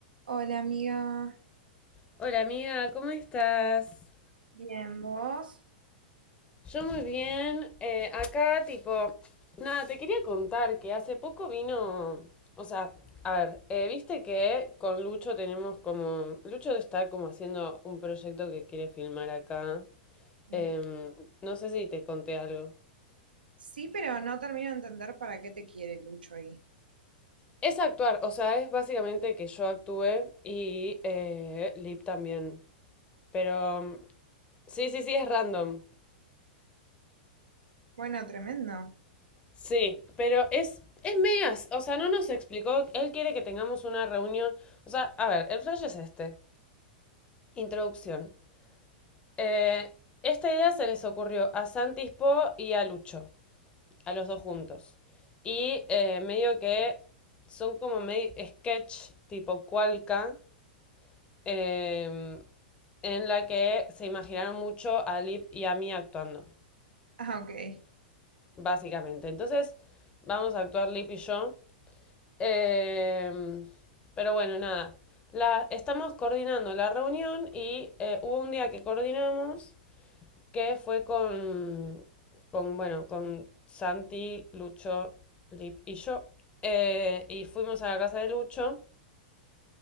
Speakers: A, on the right (about 80°); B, on the left (about 20°).
A: Hola amiga,
B: Hola amiga, ¿cómo estás?
A: Bien, vos.
B: Yo muy bien. Eh, acá, tipo, nada, te quería contar que hace poco vino, o sea, a ver, eh, viste que con Lucho tenemos como, Lucho está como haciendo un proyecto que quiere filmar acá.
A: sí,
B: Em, no sé si te conté algo.
A: Sí, pero no termino de entender para qué te quiere Lucho ahí.
B: Es actuar, o sea, es básicamente que yo actúe y eh, Lip también. Pero sí, sí, sí, es random.
A: Bueno, tremendo.
B: Sí, pero es, es medio, as- o sea, no nos explicó, él quiere que tengamos una reunión, o sea, a ver, el flash es este, introducción. Eh, esta idea se les ocurrió a Santispo y a Lucho, a los dos juntos. Y eh, medio que son como medio sketch tipo Cualca, eh, en la que se imaginaron mucho a Lip y a mí actuando,
A: Ah, ok.
B: básicamente. Entonces, vamos a actuar Lip y yo. Eh, pero bueno, nada. La, estamos coordinando la reunión y eh, hubo un día que coordinamos que fue con, con bueno, con Santi, Lucho, Lip y yo. Eh, y fuimos a la casa de Lucho.